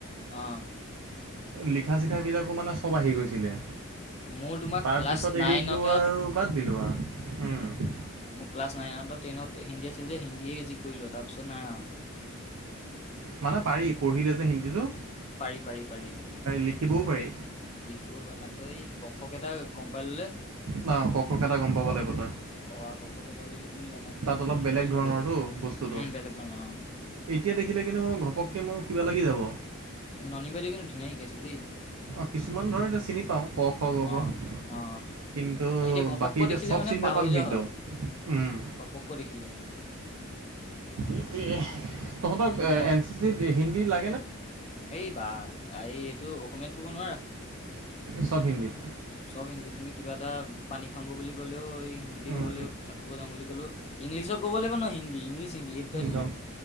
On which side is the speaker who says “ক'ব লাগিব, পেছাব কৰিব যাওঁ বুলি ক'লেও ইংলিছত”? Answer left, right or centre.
Left